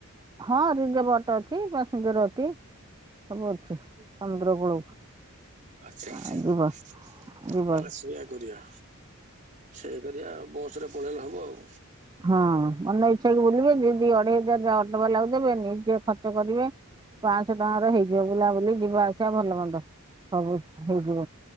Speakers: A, on the right (about 20°); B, on the right (about 35°).
A: ହଁ ରିଯର୍ପ ଅଟ ଅଛି। ପାସେଞ୍ଜର ଅଟି ସବୁ ଅଛି। ସମୁଦ୍ର କୂଳକୁ।
B: ଆଚ୍ଛା ଆଚ୍ଛା
A: ଆଉ ଯିବା
B: <inaudible>
A: ଯିବା
B: ତାହେଲେ ସେଇଆକରିଆ। ସେଇଆ କରିଆ ଆଉ ବୋ ପଛରେ ପଳେଇଲେ ହେବ ଆଉ।
A: ହଁ ମନ ଇ ସେକି ବୁଲିବେ ଯେଦି ଅଢେଇ ହଜାର ଯା ଅଟୋ ବାଲାକୁ ଦେବେ। ନିଜେ ଖର୍ଚ୍ଚ କରିବେ ପାଆଁଶ ଟଙ୍କାର ହେଇଯିବ ବୁଲାବୁଲି ଯିବା ଆସିବା ଭଲ ମନ୍ଦ ସବୁସ୍ ହେଇଯିବ।